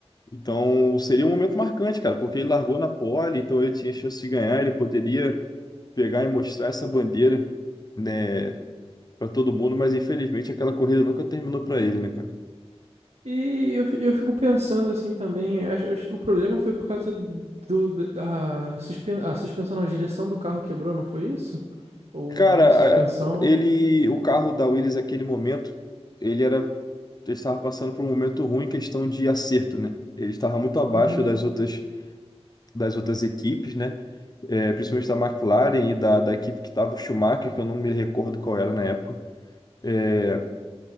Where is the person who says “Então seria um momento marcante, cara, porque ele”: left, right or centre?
Left